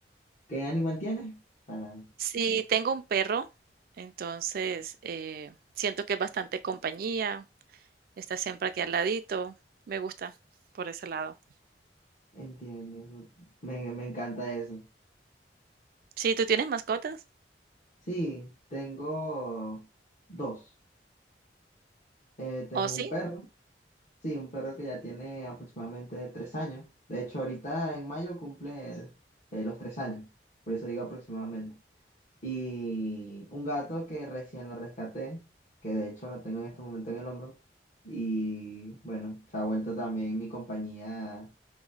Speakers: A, on the left (about 40°); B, on the right (about 55°).
A: ¿Qué animal tienes? Para...
B: Sí, tengo un perro, entonces eh, siento que es bastante compañía, Está siempre aquí al ladito. Me gusta por ese lado.
A: Entiendo, me, me encanta eso.
B: Sí, ¿tú tienes mascotas?
A: Sí, tengo dos. Eh, tengo
B: ¿Oh, sí?
A: un perro Sí, un perro que ya tiene aproximadamente tres años. De hecho, ahorita en mayo cumple eh, los tres años. Por eso digo aproximadamente. Y un gato que recién lo rescaté, que de hecho lo tengo en este momento en el hombro. Y bueno, se ha vuelto también mi compañía